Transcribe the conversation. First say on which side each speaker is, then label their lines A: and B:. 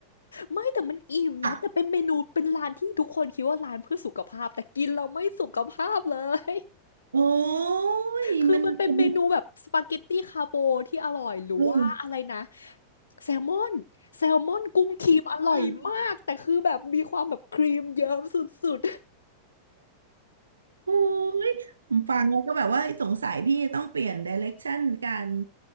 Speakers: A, on the left; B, on the right.
A: ไม่แต่มันอิ่มนะแต่เป็นเมนูเป็นร้านที่ทุกคนคิดว่าร้านเพื่อสุขภาพแต่กินเราไม่สุขภาพเลย
B: <laughs> โอ้ยมันมัน
A: คือมันเป็นเมนูแบบสปาเกตตี้คาโบที่อร่อยหรือว่าอะไรนะ
B: เออ
A: แซลมอนแซลมอนกุ้งครีมอร่อยมากแต่คือแบบมีความแบบครีมเยิ้มสุด
B: อืมโอ้ยผมฟังแล้วก็แบบว่าสงสัยพี่ต้องเปลี่ยนไดเ r ็กชั่นการ